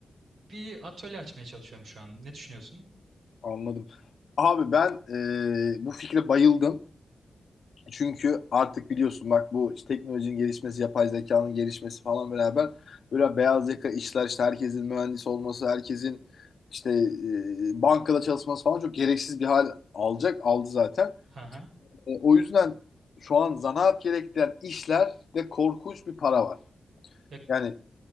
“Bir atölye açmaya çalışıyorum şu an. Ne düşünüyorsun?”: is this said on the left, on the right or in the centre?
Right